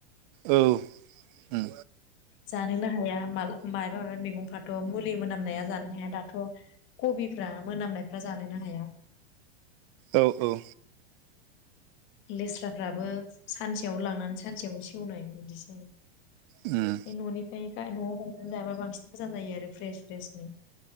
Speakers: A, on the right (about 35°); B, on the left (about 40°).
A: औ उम
B: जानोनो हाया माबा मायबा मायबा मैगंफ्राथ' मुलि मोनामनाया जानोनो हाया दाथ' कबिफ्रा मोनामनायफ्रा जानोनो हाया।
A: औ औ
B: लेस्राफ्राबो सानसेयाव लांनानै सानसेयावनो सेवनाय बिदिसै
A: उम
B: बे न'निफ्राय न'आव हंनानै जाबा बांसिन मोजां जायो आरो फ्रेस फ्रेसनो